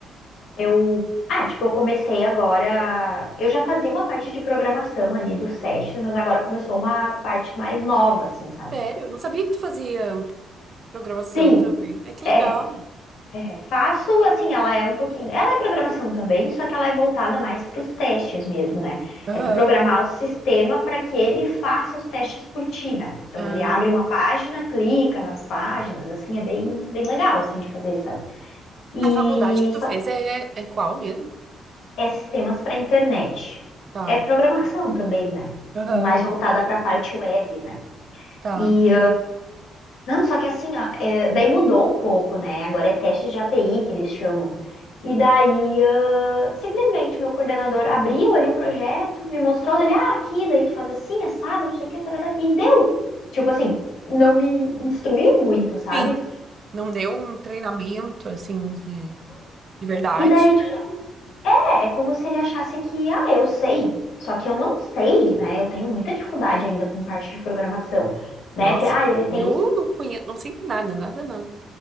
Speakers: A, on the left; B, on the right.
A: eu, ah, tipo, eu comecei agora, eu já fazia uma parte de programação ali dos testes, mas agora começou uma parte mais nova, assim, sabe?
B: sério? Não sabia que tu fazia programação
A: Sim,
B: também. É que legal.
A: é. É, faço, assim, ela é um pouquinho. Ela é programação também, só que ela é voltada mais para os testes mesmo, né?
B: Aham.
A: É tu programar o sistema para que ele faça os testes por ti, né? Então
B: Ah,
A: ele abre uma página, clica nas páginas, assim, é bem, bem legal, assim, de fazer, sabe? E
B: a faculdade que tu
A: só-
B: fez é, é qual mesmo?
A: é sistemas para internet.
B: Tá.
A: É programação também, né?
B: Aham.
A: Mais voltada para a parte web, né?
B: Tá.
A: E Não, só que assim, ó, é, daí mudou um pouco, né? Agora é testes de API que eles chamam. E daí, ah, simplesmente, o meu coordenador abriu ali o projeto, me mostrou dele, ah, aqui, daí tu faz assim, assado, não sei o que, tarará, e deu. Tipo assim, não me instruiu muito, sabe?
B: Sim. Não deu um treinamento, assim, de, de verdade.
A: E daí, tipo, é, é como se ele achasse que, ah, eu sei. Só que eu não sei, né? Eu tenho muita dificuldade ainda com parte de programação, né?
B: Nossa,
A: Porque, ah, ele tem
B: eu
A: os
B: não conheço, não sei nada, nada, nada.